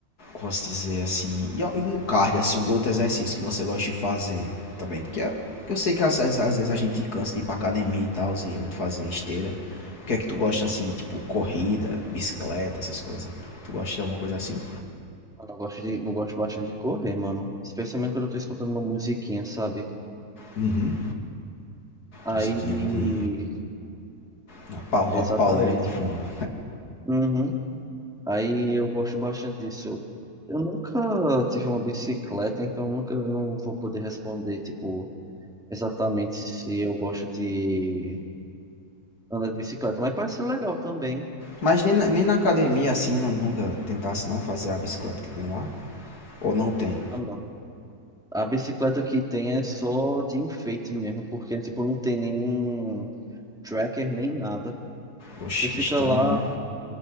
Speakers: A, on the left; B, in the centre.
A: posso dizer assim, e algum cardio, assim, algum outro exercício que você gosta de fazer também? Porque eu- sei que às, às- às vezes a gente cansa de ir pra academia e tal, e eu de fazer esteira. O que é que tu gosta assim, tipo corrida, bicicleta, essas coisas? Tu gosta de alguma coisa assim?
B: mano, eu gosto de, eu gosto bastante de correr, mano. Especialmente quando eu tô escutando uma musiquinha, sabe?
A: Uhum.
B: Aí,
A: Musiquinha de. Uma pau- um rock
B: exatamente.
A: pauleira no fundo.
B: Uhum. Aí eu gosto bastante disso. Eu nunca tive uma bicicleta, então eu nunca eu não vou poder responder, tipo, exatamente se eu gosto de andar de bicicleta, mas parece legal também.
A: Mas nem na, nem na academia assim, não, nunca tentasse não fazer a bicicleta que tem lá? Ou não tem?
B: Ah, não. A bicicleta que tem é só de enfeite mesmo, porque tipo não tem nenhum tracker nem nada.
A: Oxe,
B: Você fica
A: que estranho,
B: lá,
A: né?